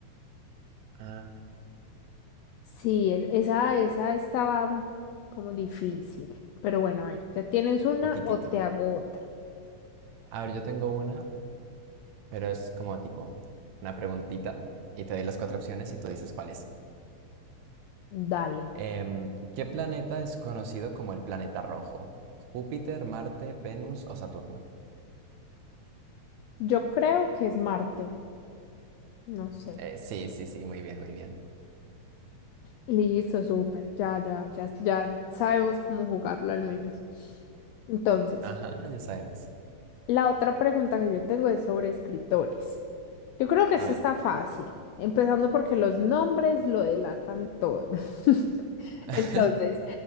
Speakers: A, on the right (about 70°); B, on the left (about 80°).
A: Ah,
B: Sí, e- esa, esa estaba mm, como difícil. Pero bueno, a ver, ¿ya tienes una
A: poquitito.
B: o te hago otra?
A: A ver, yo tengo una. pero es como tipo una preguntita y te doy las cuatro opciones y tú dices cuál es.
B: Dale.
A: Em, ¿qué planeta es conocido como el planeta rojo? ¿Júpiter, Marte, Venus o Saturno?
B: Yo creo que es Marte. No sé.
A: Eh, sí, sí, sí, muy bien, muy bien.
B: Listo, súper. Ya, ya, ya, ya sabemos cómo jugarlo al menos. Entonces.
A: Ajá, ya sabemos.
B: La otra pregunta que yo tengo es sobre escritores. Yo creo que esta
A: A ver.
B: está fácil, empezando porque los nombres lo delatan todo. <laughs>
A: <laughs>
B: Entonces,